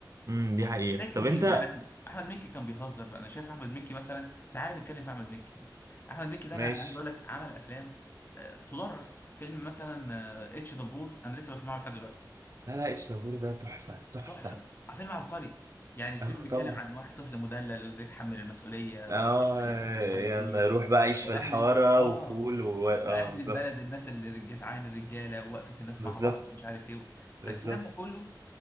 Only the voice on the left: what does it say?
ده كبير
يعني احنا احمد مكي كان بيهزر انا شايف احمد مكي مثلا تعال نتكلم في احمد مكي مثلا احمد مكي ده
انا انا عايز اقول لك عمل افلام آه، تدرس فيلم مثلا آه، اتش دبور انا لسه بسمعه لحد دلوقتي
تحفه فيلم عبقري يعني الفيلم
بيتكلم
عن واحد طفل مدلل وازاي يتحمل المسؤوليه
وازاي يبقى يفهم ومش
عارف ايه
واهل
ال- اه
واهل
البلد الناس اللي رج- جدعان الرجاله ووقفه الناس
مع بعض ومش عارف ايه فالكلام
ده كله